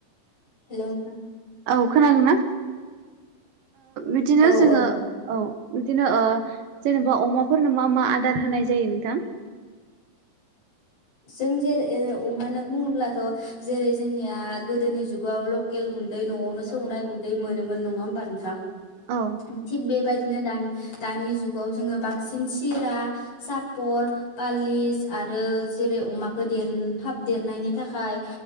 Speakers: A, on the left; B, on the right.
A: हेल' नोंथां
B: औ खोनादोंना बिदिनो
A: औ
B: जोङो
A: औ
B: औ। बिदिनो जेनेबा अमाफोरनो मा मा आदार होनाय जायो नोंथां।
A: जों जेरै अमानो बुङोब्लाथ' जेरै जोंनिया गोदोनि जुगाव लकेल गुनदै न'आवनो सौनाय गुै मोन न ह नोंथ
B: औ
A: बेबायदिनो दानि जुगाव जोङो बांसिन सिरा सापर पालिस आरोज जेरै अमाखौ देर थाब देरनायनि थाखाय